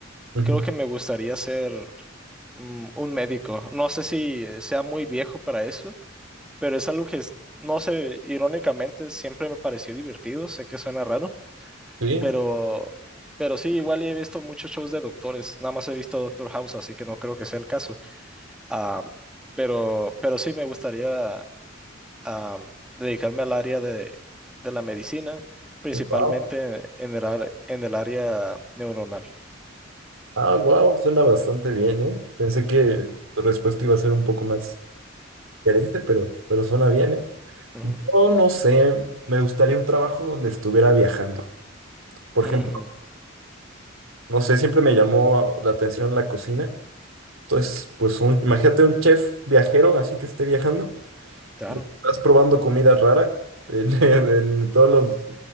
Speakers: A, on the right; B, in the centre.
A: Ujú.
B: creo que me gustaría ser mm, un médico. No sé si eh, sea muy viejo para eso, pero es algo que, es- no sé, irónicamente siempre me pareció divertido. Sé que suena raro,
A: Sí,
B: pero, pero sí, igual he visto muchos shows de doctores. Nada más he visto Doctor House, así que no creo que sea el caso. Ah, pero, pero sí me gustaría a dedicarme al área de, de la medicina, principalmente
A: wow.
B: en el, ar- en el área neuronal.
A: Ah, wow, suena bastante bien, ¿eh? Pensé que tu respuesta iba a ser un poco más. diferente, pero, pero suena bien, ¿eh?
B: Ujú.
A: Yo no sé, me gustaría un trabajo donde estuviera viajando. Por
B: Mm,
A: ejemplo, no sé, siempre me llamó la atención la cocina. Entonces, pues un, imagínate un chef viajero, así que esté viajando,
B: claro.
A: estás probando comida rara en, <laughs> en- en todos los,